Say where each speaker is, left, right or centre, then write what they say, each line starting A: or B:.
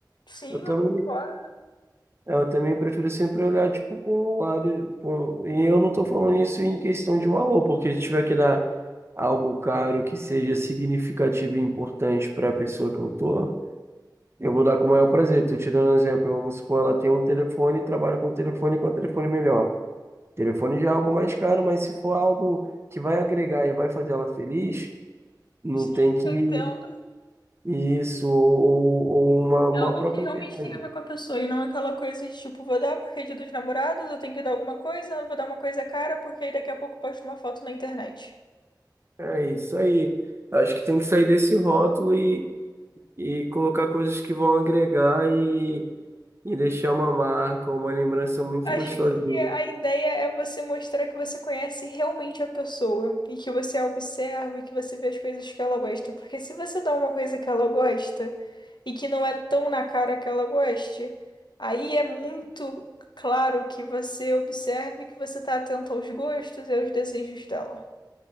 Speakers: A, on the left (about 75°); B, on the right (about 35°).
A: Sim,
B: Eu também,
A: eu concordo.
B: eu também prefiro sempre olhar tipo com o lado. com- e eu não estou falando isso em questão de valor, porque se tiver que dar algo caro que seja significativo e importante para a pessoa que eu tô, eu vou dar com o maior prazer. Estou tirando um exemplo. Vamos supor, ela tem um telefone e trabalha com um telefone com um telefone melhor. Telefone já é algo mais caro, mas se for algo que vai agregar e vai fazer ela feliz, não
A: Sim,
B: tem que
A: eu entendo.
B: isso, ou, ou- ou uma, uma
A: É algo
B: própria
A: que realmente
B: viagem.
A: tem a ver com a pessoa e não é aquela coisa de tipo, vou dar porque é dia dos namorados, eu tenho que dar alguma coisa, vou dar uma coisa cara, porque aí daqui a pouco eu posto uma foto na internet.
B: É isso aí. Acho que tem que sair desse rótulo e, e colocar coisas que vão agregar e, e deixar uma marca, uma lembrança muito
A: Acho
B: gostosinha.
A: que a ideia é você mostrar que você conhece realmente a pessoa e que você a observa e que você vê as coisas que ela gosta. Porque se você dá uma coisa que ela gosta e que não é tão na cara que ela goste, aí é muito claro que você observe que você está atento aos gostos e aos desejos dela.